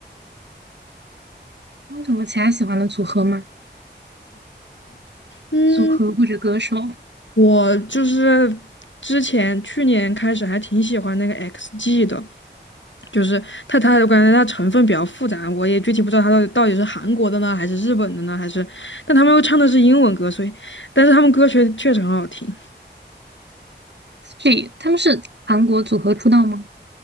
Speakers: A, on the right (about 70°); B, on the left (about 80°).
A: 还有什么其他喜欢的组合吗？
B: 嗯。
A: 组合或者歌手，
B: 我就是之前去年开始还挺喜欢那个 XG 的，就是它它我感觉它成分比较复杂，我也具体不知道它到底到底是韩国的呢，还是日本的呢，还是，但他们又唱的是英文歌，所以，但是他们歌曲确实很好听。
A: 这他们是韩国组合出道吗？